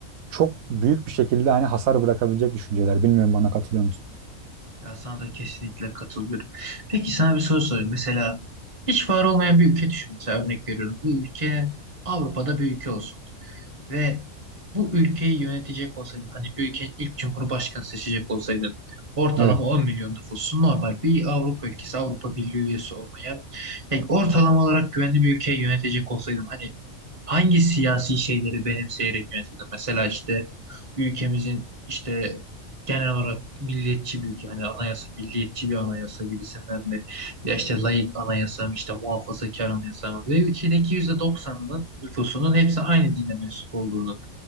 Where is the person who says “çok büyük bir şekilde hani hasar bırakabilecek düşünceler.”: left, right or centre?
Right